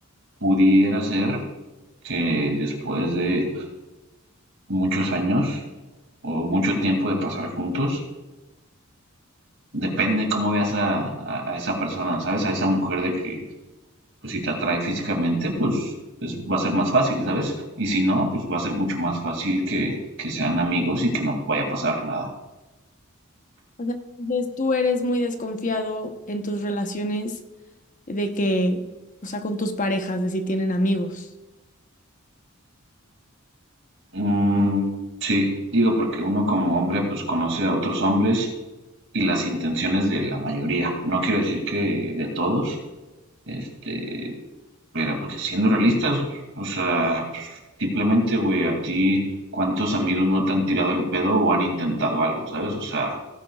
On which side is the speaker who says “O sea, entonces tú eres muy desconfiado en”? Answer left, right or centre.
Left